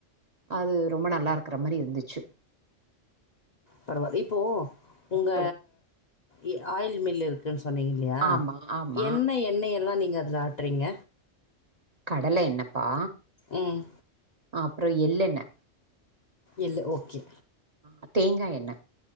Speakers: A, on the right (about 40°); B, on the left (about 45°).
A: அது ரொம்ப நல்லா இருக்கற மாரி இருந்துச்சு
B: பரவா இப்போ உங்க
A: சொல்
B: இ ஆயில் மில் இருக்குன் சொன்னீங்க ல்லயா
A: ஆமா ஆமா
B: என்ன எண்ணெய் எல்லா நீங்க அதுல ஆட்றீங்க
A: கடலை எண்ணெப்பா
B: ம்
A: அப்றோ எல்லெண்ணெ
B: எள்ளு ஓகே
A: ஆ தேங்கா எண்ணெ